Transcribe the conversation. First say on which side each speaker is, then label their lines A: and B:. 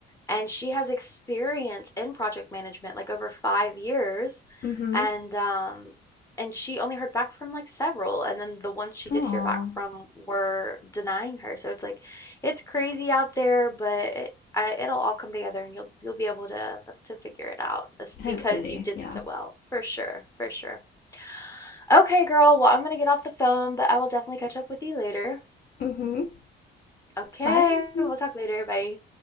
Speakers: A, on the left (about 15°); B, on the left (about 55°).
A: and she has experience in project management like over five years
B: Mhm.
A: and um and she only heard back from like several and then the ones she did
B: Aw.
A: hear back from were denying her so it's like it's crazy out there but it, I, it'll all come together and you'll you'll be able to to figure it out It's because
B: Hopefully,
A: you did
B: yeah.
A: so well for sure for sure okay girl well i'm gonna get off the phone but i will definitely catch up with you later
B: Mhm.
A: okay
B: Bye.
A: we'll talk later bye